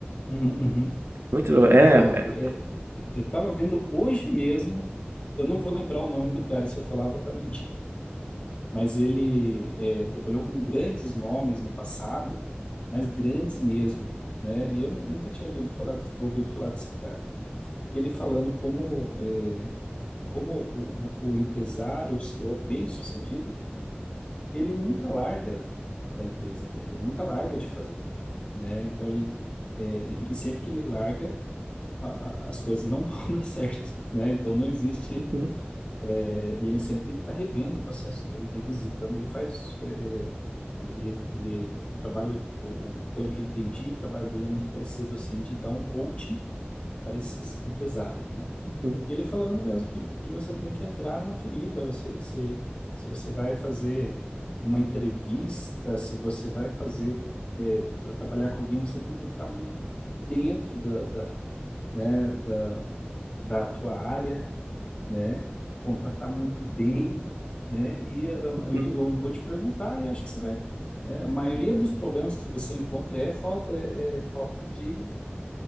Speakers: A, on the left (about 35°); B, on the right (about 75°).
A: uhum, uhum.
B: Muito, é,
A: Então,
B: é-
A: é, eu estava vendo hoje mesmo, eu não vou lembrar o nome do cara, se eu falar, eu vou estar mentindo. mas ele é, trabalhou com grandes nomes no passado, mas grandes mesmo, né? E eu nu- nunca tinha ouvido falar, ouvido falar desse cara. E ele falando como, é, como o, o- o empresário, o CEO bem-sucedido, ele nunca larga da empresa dele, ele nunca larga de fazer, né? Então ele, é, e e sempre que ele larga, a- a- as coisas não <laughs> vão dar certo, né? Então não existe
B: Uhum,
A: É, e ele sempre tem que estar revendo o processo dele, revisitando. Ele faz, é, é, ele, ele, o trabalho, o, o- pelo que eu entendi, o trabalho dele é muito parecido assim, de dar um coaching para esses empresários, né?
B: uhum,
A: E ele falando mesmo que, que você tem que entrar na ferida, você, se, se você vai fazer uma entrevista, se você vai fazer, é, para trabalhar com alguém, você tem que entrar muito dentro da, da, né, da, da tua área né? Contratar muito bem, né? E ah,
B: uhum.
A: e eu vou te perguntar, e acho que você vai. é, a maioria dos problemas que você encontra é falta, é, é falta de